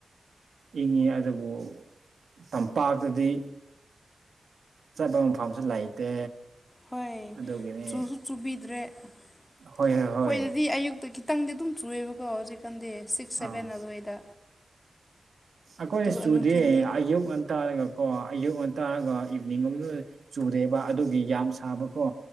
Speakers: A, on the right (about 75°); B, on the left (about 25°).
A: ꯏꯪꯉꯤ ꯑꯗꯨꯕꯨ ꯇꯝꯄꯥꯛꯇꯗꯤ ꯆꯠꯄ ꯃꯐꯝꯁꯨ ꯂꯩꯇꯦ
B: ꯍꯣꯏ
A: ꯑꯗꯨꯒꯤꯅꯤ
B: ꯆꯨꯁꯨ ꯆꯨꯕꯤꯗ꯭ꯔꯦ ꯑꯩꯈꯣꯏꯗꯗꯤ
A: ꯍꯣꯏ ꯍꯣꯏ ꯍꯣꯏ
B: ꯑꯌꯨꯛꯇ ꯈꯤꯠ ꯈꯤꯇꯪꯗꯤ ꯑꯗꯨꯝ ꯆꯨꯑꯦꯕꯀꯣ ꯍꯧꯖꯤꯛꯀꯥꯟꯗꯤ ꯁꯤꯛꯁ ꯁꯕꯦꯟ
A: ꯑꯥ
B: ꯑꯗꯨꯋꯥꯏꯗ
A: ꯑꯩꯈꯣꯏ
B: ꯑꯗꯨꯒ
A: ꯆꯨꯗꯦ
B: ꯅꯨꯡꯊꯤꯟꯗꯤ
A: ꯑꯌꯨꯛ ꯉꯟꯇꯥꯜꯒ ꯀ‌ꯣ ꯑꯌꯨꯛ ꯉꯟꯇꯥꯜꯒ ꯏꯚꯤꯅꯤꯡ ꯉꯝꯅ ꯆꯨꯗꯦꯕ ꯑꯗꯨꯒꯤ ꯌꯥꯝ ꯁꯥꯕꯀꯣ